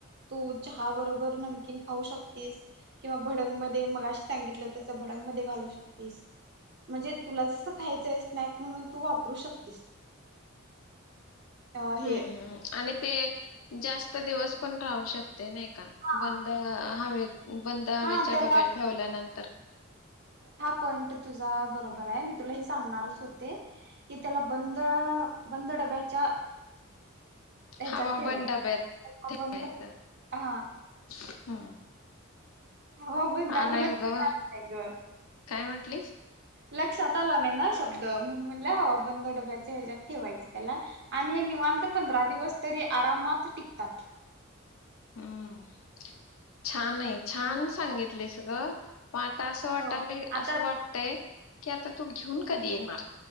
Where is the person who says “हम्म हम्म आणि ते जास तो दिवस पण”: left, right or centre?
Left